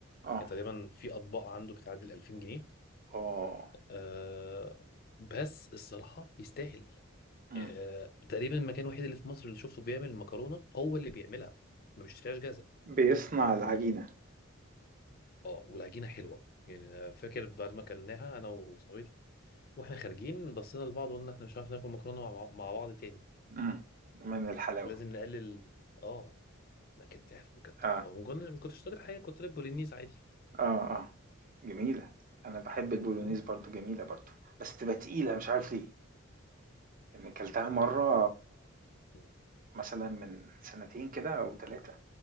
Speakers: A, on the right; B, on the left.
A: آه.
B: يعني تقريبا في اطباق عنده بتعدي ال 2000 جنيه
A: آه.
B: آه بس الصراحه يستاهل
A: إمم.
B: آه تقريبا المكان الوحيد اللي في مصر اللي شفته بيعمل المكرونه هو اللي بيعملها ما بيشتريهاش جاهزه
A: بيصنع العجينة.
B: اه والعجينه حلوه يعني أنا فاكر بعد ما اكلناها انا وصاحبتي واحنا خارجين بصينا لبعض وقلنا احنا مش عارف ناكل مكرونه مع مع بعض تاني
A: إمم. من الحلاوة.
B: لازم نقلل اه لا كانت تحفة كانت تحفة
A: آه.
B: وما كنتش ما كنتش طالب حاجة كنت طالب بولينيز عادي
A: آه، آه. جميلة. أنا باحب البولونيز
B: مم.
A: برضه جميلة برضه، بس تبقى تقيلة مش عارف ليه. يعني كلتها مرّة
B: مم.
A: مثلًا من سنتين كده أو 3.